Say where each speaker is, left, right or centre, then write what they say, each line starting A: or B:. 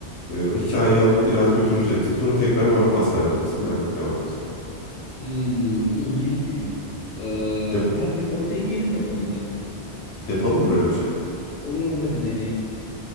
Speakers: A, on the left; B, on the left.
A: e, o hikayeyi alıp biraz götüreceksin. Sonra tekrar bana pas vereceksin. Ben devam edeceğim.
B: Hmm, ilginçmiş. Ee,
A: Yap-
B: hadi o deneyelim bakalım ya.
A: yapalım mı böyle bir şey?
B: Olur olur hadi deneyelim.